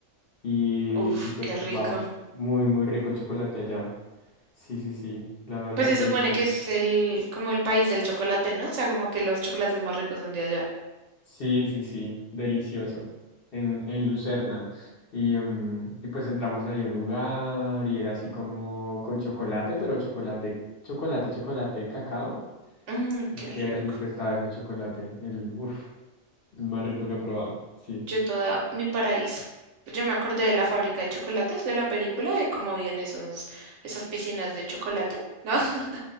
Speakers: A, on the left; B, on the right.
A: y,
B: Uf,
A: y pues,
B: qué rico.
A: wow, muy, muy rico el chocolate allá. Sí, sí, sí, la verdad,
B: Pues se
A: delicioso.
B: supone que es el, como el país del chocolate, ¿no? O sea, como que los chocolates más ricos son de allá.
A: Sí, sí, sí, delicioso, en, en Lucerna. Y, em, y pues entramos ahí a un lugar y era así como con chocolate, pero chocolate, chocolate, chocolate, cacao.
B: Mmm,
A: Y
B: qué
A: qué
B: rico.
A: rico estaba ese chocolate, el, uf, el más rico que he probado, sí.
B: Yo toda mi paraíso. Yo me acordé de la fábrica de chocolates de la película, de cómo habían esos, esas piscinas de chocolate, ¿no? <laughs>